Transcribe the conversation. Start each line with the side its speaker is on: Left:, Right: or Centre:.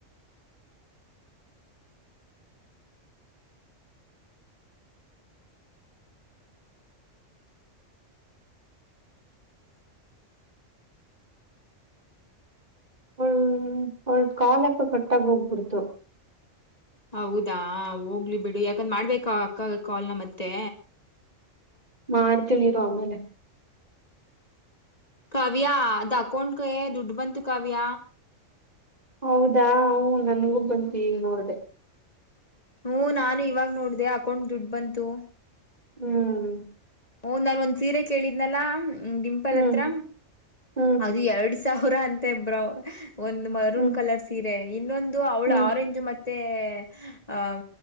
Right: ಹೂ ಅವಳು ಕಾಲಕ್ಕ ಕಟ್ಟಾಗ ಯಾಕೋ ಹೋಗಿಬಿಡ್ತು
Left: ಹೌದಾ ಹೋಗ್ಲಿ ಬಿಡು ಯಾಕಂದ್ ಮಾಡ್ಬೇಕ ಅಕ್ಕ ಕಾಲ್ನ ಮತ್ತೆ
Right: ಮಾಡ್ತೀನಿ ಇರು ಆಮೇಲೆ
Left: ಕಾವ್ಯ ಅದು ಅಕೌಂಟ್ ಗೆ ದುಡ್ಡು ಬಂತು ಕಾವ್ಯ
Right: ಹೌದಾ ಹೂ ನಂಗೂ ಬಂತು ಈಗ ನೋಡ್ದ
Left: ಹೂ ನಾನು ಇವಾಗ ನೋಡ್ದೆ ಅಕೌಂಟ್ ದುಡ್ಡು ಬಂತು
Right: ಹ್ಮ್
Left: ಓಹ್ ನಾನ ಒಂದ್ ಸೀರೆ ಕೇಳಿದ್ನಲ್ಲಾ ಡಿಂಪಲ್
Right: ಹ್ಮ್
Left: ಹತ್ರ
Right: ಹ್ಮ್
Left: ಅದು ಎರಡ್ ಸೌರಾ ಅಂತ ಇಬ್ರೋ ಒಂದು ಮರೂನ್
Right: ಹ್ಮ್
Left: ಕಲರ್ ಸೀರೆ ಇನ್ನೊಂದು ಅವಳ
Right: ಹ್ಮ್
Left: ಆರೆಂಜ್ ಮತ್ತೆ ಅಹ